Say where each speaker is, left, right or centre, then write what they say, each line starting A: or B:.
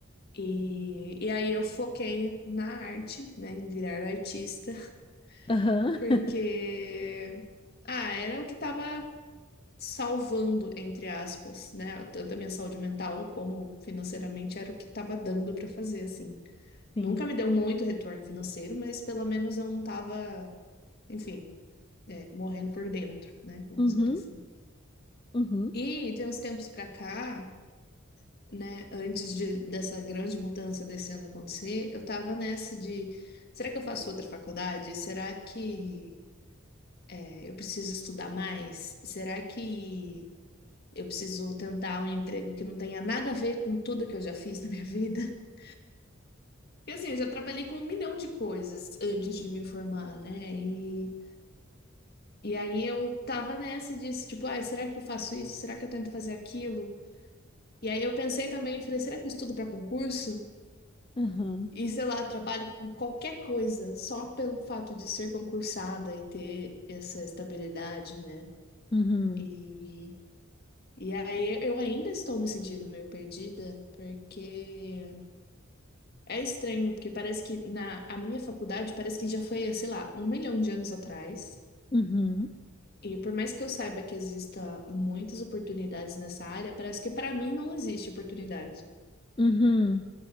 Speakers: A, on the left (about 50°); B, on the left (about 25°).
A: E, e aí eu foquei na arte, né, em virar artista,
B: aham,
A: <laughs> porque,
B: <laughs>
A: ah, era o que estava salvando, entre aspas, né? Tanto a minha saúde mental como financeiramente era o que estava dando para fazer, assim.
B: sim,
A: Nunca me deu muito retorno financeiro, mas pelo menos eu não estava, enfim, é, morrendo por dentro, né? Vamos
B: uhum,
A: dizer assim.
B: uhum,
A: E tem uns tempos pra cá, né? Antes de, dessa grande mudança desse ano acontecer, eu tava nessa de. Será que eu faço outra faculdade? Será que é, eu preciso estudar mais? Será que Eu preciso tentar um emprego que não tenha nada a ver com tudo que eu já fiz na minha vida. <laughs> Porque assim, eu já trabalhei com um milhão de coisas antes de me formar, né? E, e aí eu tava nessa disso, tipo, ai, será que eu faço isso? Será que eu tento fazer aquilo? E aí eu pensei também, eu falei, será que eu estudo para concurso?
B: aham,
A: E sei lá, trabalho com qualquer coisa, só pelo fato de ser concursada e ter essa estabilidade, né?
B: uhum.
A: E, e aí eu ainda estou me sentindo meio perdida, porque É estranho, porque parece que na a minha faculdade parece que já foi, sei lá, um milhão de anos atrás.
B: Uhum,
A: E por mais que eu saiba que exista muitas oportunidades nessa área, parece que para mim não existe oportunidade.
B: uhum,